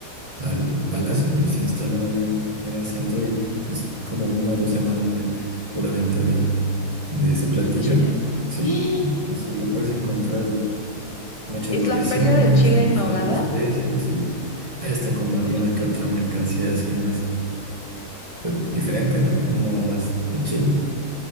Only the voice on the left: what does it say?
¿De chiles?
¡Ah!
¿Es
la feria del chile
en nogada?
Perfecto.